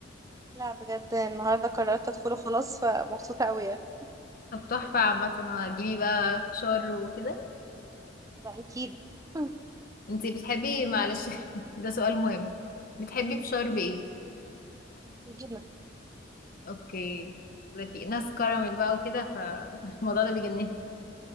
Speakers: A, on the right; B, on the left.
A: لا بجد النهارده قررت ادخله خلاص فمبسوطه قوي يعني.
B: <laughs> طب تحفة عامة وهتجيبي بقى فشار وكده
A: ده اكيد <laughs>
B: انتي بتحبي معلش <laughs> ده سؤال مهم بتحبي فشار بإيه؟
A: جبنه
B: اوكي لا في ناس كراميل بقى وكده فالموضوع <laughs> ده بيجنني